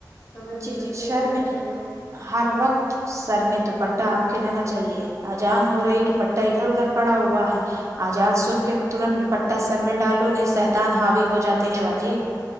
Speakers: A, on the left (about 45°); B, on the right (about 45°).
A: تو ہمیں گھونگھٹ
B: جی جی
A: میں
B: شہر
A: ہی رہنا چاہیے
B: ہر وقت سر میں دوپٹہ آپ کے رہنا چاہیے اجان ہو رہی دوپٹہ
A: جی
B: ادھر ادھر پڑا ہوا ہے آجان سن کے ترنت دپٹہ سر میں ڈالو نہیں شیتان ہاوی ہو جاتے ہیں باجی